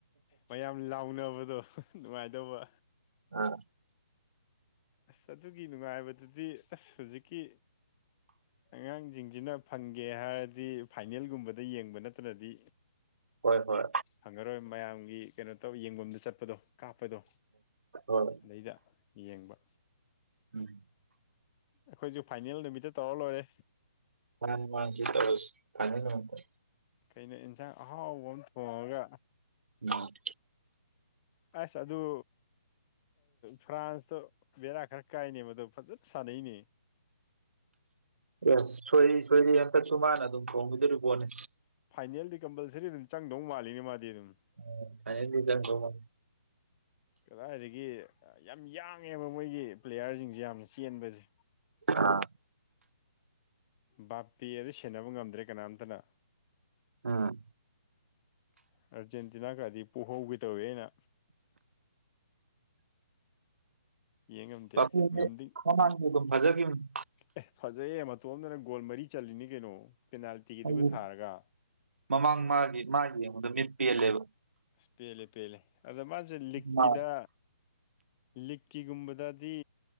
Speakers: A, on the left; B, on the right.
A: ꯃꯌꯥꯝ ꯂꯥꯎꯅꯕꯗꯣ ꯅꯨꯡꯉꯥꯏꯗꯧꯕ
B: ꯑꯥ
A: ꯑꯁ ꯑꯗꯨꯒꯤ ꯅꯨꯡꯉꯥꯏꯕꯗꯨꯗꯤ ꯑꯁ ꯍꯧꯖꯤꯛꯀꯤ ꯑꯉꯥꯡꯖꯤꯡꯖꯤꯅ ꯐꯪꯒꯦ ꯍꯥꯏꯔꯗꯤ ꯐꯥꯏꯅꯦꯜꯒꯨꯝꯕꯗ ꯌꯦꯡꯕ ꯅꯠꯇ꯭ꯔꯗꯤ
B: ꯍꯣꯏ ꯍꯣꯏ
A: ꯐꯪꯉꯔꯣꯏ ꯃꯌꯥꯝꯒꯤ ꯀꯩꯅꯣ ꯇꯧ ꯌꯦꯡꯐꯝꯗ ꯆꯠꯄꯗꯣ ꯀꯥꯞꯄꯗꯣ
B: ꯍꯣꯏ
A: ꯑꯗꯩꯗ ꯌꯦꯡꯕ
B: ꯎꯝ
A: ꯑꯩꯈꯣꯏꯁꯨ ꯐꯥꯏꯅꯦꯜ ꯅꯨꯃꯤꯠꯇ ꯇꯧꯔ ꯂꯣꯏꯔꯦ
B: ꯃꯥꯅꯦ ꯃꯥꯅꯦ ꯁꯤ ꯇꯧꯔ꯭ꯁꯤ ꯐꯥꯏꯅꯦꯜ ꯅꯨꯃꯤꯠꯇꯥ
A: ꯀꯩꯅꯣ ꯏꯟꯁꯥꯡ ꯑꯍꯥꯎꯕ ꯑꯃ ꯊꯣꯡꯉꯒ
B: <unintelligible>
A: ꯑꯁ ꯑꯗꯨ ꯐ꯭ꯔꯥꯟꯁꯇꯣ ꯕꯦꯔꯥ ꯈꯔ ꯀꯥꯏꯅꯦ ꯃꯗꯨ ꯐꯖꯅ ꯁꯥꯟꯅꯩꯅꯦ
B: ꯑꯦꯁ ꯁꯣꯏꯔꯤ ꯁꯣꯏꯔꯤ ꯍꯟꯗꯛꯁꯨ ꯃꯥꯅ ꯑꯗꯨꯝ ꯊꫭꯝꯒꯤꯗꯨꯔꯤ ꯄꯣꯠꯅꯦ
A: ꯐꯥꯏꯅꯦꯜꯗꯤ ꯀꯝꯄꯜꯁꯔꯤ ꯑꯗꯨꯝ ꯆꯪꯗꯧ ꯃꯥꯜꯂꯤꯅꯦ ꯃꯥꯗꯤ ꯑꯗꯨꯝ
B: ꯎꯝ ꯐꯥꯏꯅꯦꯜꯗꯤ ꯆꯪꯗꯨ ꯃꯥꯜꯂꯤ
A: ꯀꯗꯥꯏꯗꯒꯤ ꯌꯥꯝ ꯌꯥꯡꯉꯦꯕ ꯃꯣꯏꯒꯤ ꯄ꯭ꯂꯦꯌꯥꯔꯁꯤꯡꯁꯦ ꯌꯥꯝꯅ ꯆꯦꯟꯕꯁꯦ
B: ꯑꯥ
A: ꯕꯥꯞ ꯄꯦ ꯑꯗꯨ ꯁꯦꯟꯅꯕ ꯉꯝꯗ꯭ꯔꯦ ꯀꯅꯥꯝꯇꯅ
B: ꯎꯝ꯫
A: ꯑꯔꯖꯦꯟꯇꯤꯅꯥꯒꯗꯤ ꯄꯨꯍꯧꯒꯦ ꯇꯧꯋꯦ ꯑꯩꯅ ꯌꯦꯡ ꯉꯝꯗꯦ
B: ꯄꯥꯄꯨꯁꯦ
A: ꯉꯝꯗꯤ
B: ꯃꯃꯥꯡꯁꯨ ꯑꯗꯨꯝ ꯐꯖꯈꯤꯕꯅꯤ
A: ꯑꯦ ꯐꯖꯩꯌꯦ ꯃꯇꯣꯝꯇꯅ ꯒꯣꯜ ꯃꯔꯤ ꯆꯠꯂꯤꯅꯤ ꯀꯩꯅꯣ ꯄꯦꯅꯥꯜꯇꯤꯒꯤꯗꯨꯒ
B: ꯑꯩ
A: ꯊꯥꯔꯒ
B: ꯃꯃꯥꯡ ꯃꯥꯒꯤ ꯃꯥꯒꯤ ꯌꯦꯡꯕꯗꫭ ꯃꯤꯠ ꯄꯦꯜꯂꯦꯕ
A: ꯑꯁ ꯄꯦꯜꯂꯦ ꯄꯦꯜꯂꯦ ꯑꯗꯨ ꯃꯥꯁꯦ ꯂꯤꯛꯀꯤꯗ
B: ꯃꯥ
A: ꯂꯤꯛꯀꯤꯒꯨꯝꯕꯗꯗꯤ